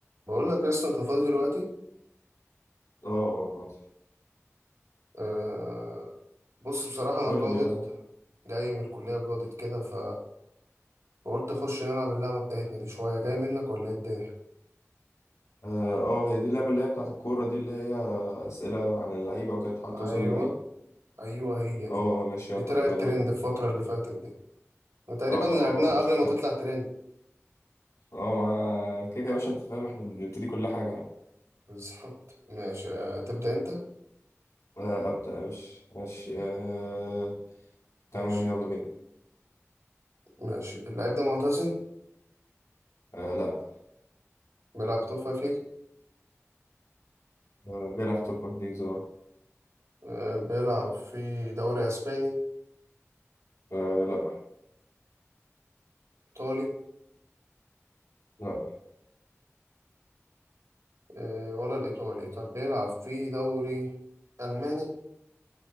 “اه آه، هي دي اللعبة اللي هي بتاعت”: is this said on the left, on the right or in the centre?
Left